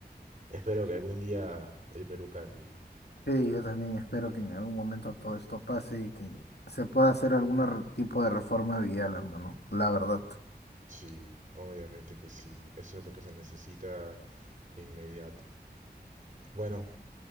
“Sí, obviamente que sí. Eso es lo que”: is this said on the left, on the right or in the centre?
Right